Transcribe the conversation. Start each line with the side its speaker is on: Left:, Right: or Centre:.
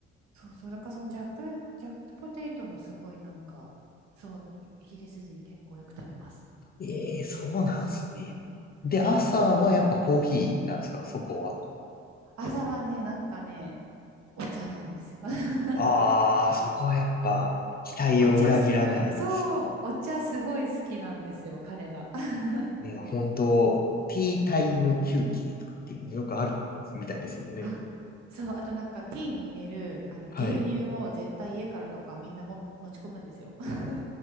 Right: そうそう、だからそのジャック、ジャックポテトもすごいなんか、そう、イイギリス人結構よく食べます。
Left: い。ええー、そうなんすね。で、朝はやっぱコーヒーなんですか、
Right: うん。
Left: そこは。
Right: 朝はね、なんかね、お茶なんですよ。<laughs>
Left: ああ、そこはやっぱ期待を裏切らないですね。
Right: お茶す、そう、お茶すごい好きなんですよ、彼ら。<laughs>
Left: ね、本当ティータイム休憩とかっていうのよくあるみたいですもんね。
Right: あ、そう、あとなんかティーに入れる、あの、牛乳を絶対家からとかみんなも持ち込むんですよ。
Left: はい。
Right: <laughs>